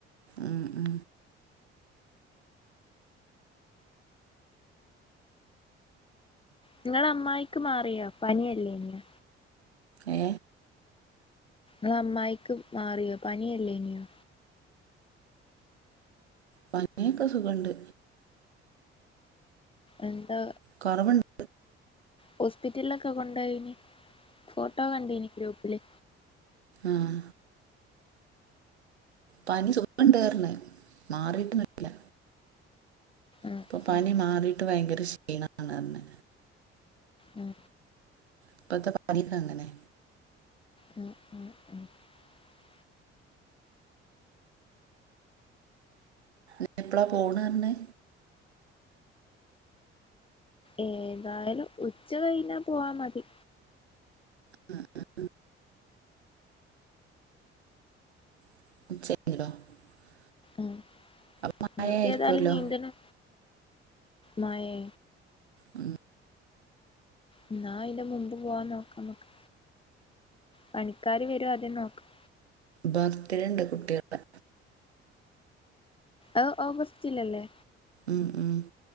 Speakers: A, on the right; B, on the left.
A: ഉ ഉ
B: നിങ്ങള അമ്മായിക്ക് മാറിയോ പനിയല്ലേ ഇനിയ
A: ഏ
B: അ അമ്മായിക്ക് മാറിയോ പനിയല്ലേ ഇനിയോ
A: പനൊക്കെ സുഖണ്ട്
B: എന്താ
A: കുറവുണ്ട്
B: ഹോസ്പിറ്റലിലൊക്കെ കൊണ്ടനി ഫോട്ടോ കണ്ട ഇനി ഗ്രൂപ്പില്
A: ആഹ പനി സുഖംണ്ടറന്ന മാറിയിട്ടന്നട്ടില്ല
B: ആഹ്
A: ഇപ്പൊ പനി
B: ആഹ്
A: മാറിയിട്ട് ഭയങ്കര ക്ഷീണണന്ന്െ
B: ഉം
A: ഇപ്പത്തെ പ അങ്ങനെ
B: ഉം ഉം ഉം <unintelligible>
A: ന എപ്പളാ പോണന്നെ
B: ഏതായാലും ഉച്ച കഴിഞ്ഞാ പോവാ മതി
A: ഉം ഉ ഉ <unintelligible>
B: ഉം
A: അപ്പൊ
B: നിങ്ങൾക്ക്
A: മഴ ആയിരിക്കുമല്ലോ
B: ഏതായാലും നീന്തണം മഴേ
A: ഉം
B: എന്നാ അയ് ന്റെ മുമ്പ് പോവാൻ നോക്കാ മ്മക്ക് പണിക്കാാര് വരോ ആദ്യം നോക്കാം
A: ബര്ത്ഡേ ഇണ്ട് കുട്ടികളെ
B: അത് ഓഗസ്റ്റിലല്ലേ
A: ഉം ഉം